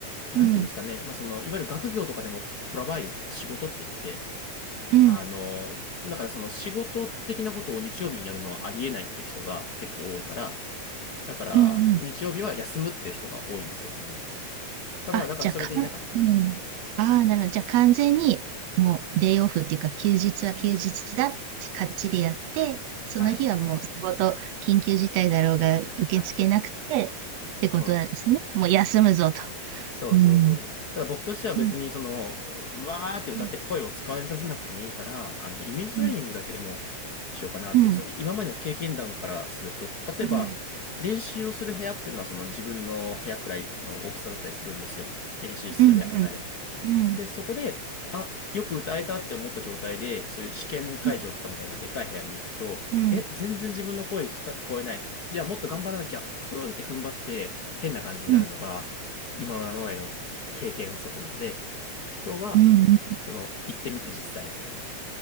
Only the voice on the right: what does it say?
うん、
うん、
うん、うん。
あ、
じゃかん、うん、ああ、なるほど。じゃ完全にもうデイオフっていうか休日は休日だってかっちりやって、その日はもう仕事緊急事態だろうが受け付けなくてってことですね。
もう休むぞと。
うん。
うん。
うん。
うん。うん。
うん。
うん。うん。
うん。うん。
うん。
うん。